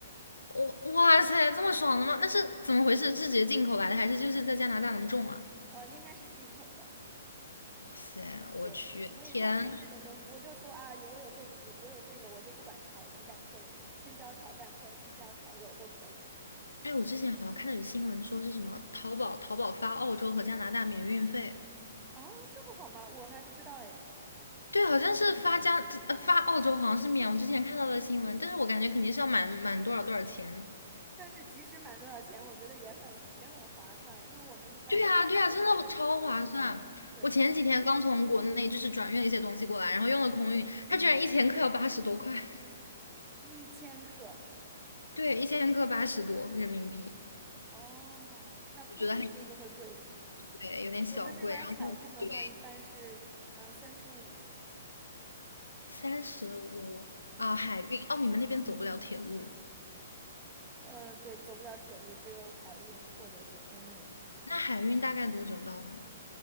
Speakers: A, on the left; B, on the right.
A: 我哇塞，这么爽的吗？那是怎么回事？是直接进口来的，还是就是在加拿大能种啊？
B: <laughs> 呃，应该是进口的。
A: 哇塞，我去，
B: 对，所以它就是这种东西，
A: 天！
B: 我就说啊，我有这个，我有这个，我就不管炒鸡蛋或者青椒炒蛋或者青椒炒肉都可以
A: 哎，我之前好像看到有新闻说是什么淘宝淘宝发澳洲和加拿大免运费。
B: 啊，这么好吗？我还不知道哎，
A: 对，好像是发加呃发澳洲，好像是免。我之前看到的新闻，但是我感觉肯定是要满满多少多少钱。
B: 但是即使满多少钱，我觉得也很也很划算因为我们一般都是精油，
A: 对呀，对呀，真的超划算。
B: 对，
A: 我前几天刚从国内就是转运了一些东西过来，然后用了空运，它居然一千克要八十多块，<laughs>
B: 一千克
A: 对，一千克八十多人民币，
B: 哦，那空运就是会贵一点，
A: 我觉得还对有点小贵。
B: 我们这边儿海运的话一般是呃三十五
A: 然后对三十五啊，
B: 三十五嗯
A: 海运哦，你们那边走不了铁路，
B: 呃对，走不了铁路，只有海运或者是空运，
A: 那海运大概多久到呢？